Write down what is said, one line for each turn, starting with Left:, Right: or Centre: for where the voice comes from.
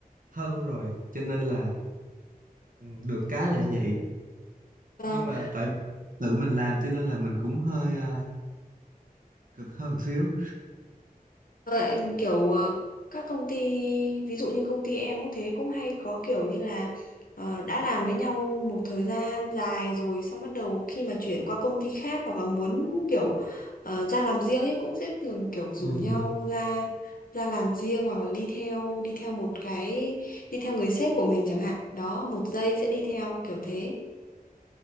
Right: thân rồi cho nên là ừm, được cái là như vậy
Left: Vâng.
Right: nhưng mà tại tự mình làm cho nên là mình cũng hơi ờ, cực hơn xíu
Left: Ờ, anh kiểu ờ, các công ty ví dụ như công ty em cũng thế cũng hay có kiểu như là ờ, đã làm với nhau một thời gian dài rồi xong bắt đầu khi mà chuyển qua công ty khác hoặc là muốn kiểu ờ, ra làm riêng ấy cũng sẽ thường kiểu rủ
Right: ừ.
Left: nhau ra ra làm riêng hoặc là đi theo đi theo một cái đi theo người sếp của mình chẳng hạn đó một giây sẽ đi theo kiểu thế